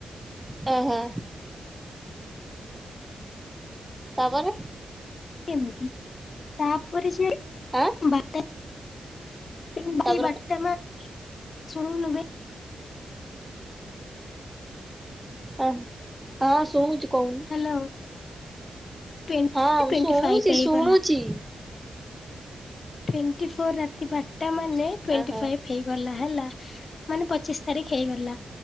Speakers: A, in the centre; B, on the left.
A: ହାଁ ହାଁ ତାପରେ।
B: ଏମତି ତାପରେ ସିଏ
A: ଆଁ
B: ବାଟ ଏମିତି
A: ତାପରେ
B: ବାଟ ମା ଶୁଣୁନୁ ବେ
A: ଅ ହଁ ଶୁଣୁଛିକହୁନୁ।
B: ହ୍ୟାଲୋ। ଟ୍ୱେଣ୍ଟି
A: ହଁ
B: ଟ୍ୱେଣ୍ଟି
A: ଶୁଣୁଛି
B: ଫାଇଭ୍ ହେଇଗଲା।
A: ଶୁଣୁଛି।
B: ଟ୍ୱେଣ୍ଟି ଫୋର୍ ରାତି ବାରଟା ମାନେ ଟ୍ୱେଣ୍ଟି
A: ଓହୋ
B: ଫାଇଭ ହେଇ ଗଲା ହେଲା। ମାନେ ପଚିଶ ତାରିଖ ହେଇଗଲା